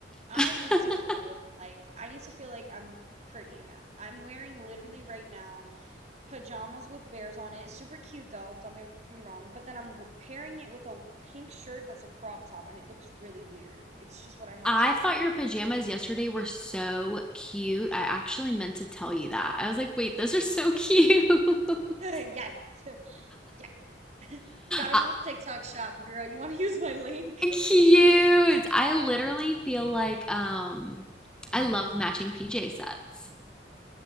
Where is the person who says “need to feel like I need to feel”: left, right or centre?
Right